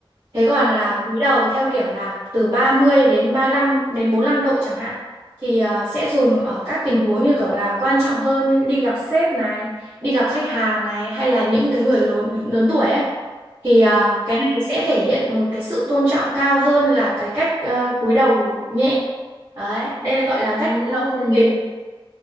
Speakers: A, on the right; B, on the left.
A: thế còn là
B: ừ
A: cúi đầu theo kiểu là từ 30 đến ba lăm đến bốn lăm độ chẳng hạn thì ờ, sẽ dùng ở các tình huống như kiểu là quan trọng hơn như đi gặp sếp này đi gặp khách hàng này
B: ừ
A: hay là những cái người lớn lớn tuổi ấy thì à, cái này sẽ thể hiện một cái sự tôn trọng cao hơn là cái cách uh, cúi đầu nhẹ đấy đây là gọi là
B: ừ
A: cách cúi đầu trung
B: ừ
A: bình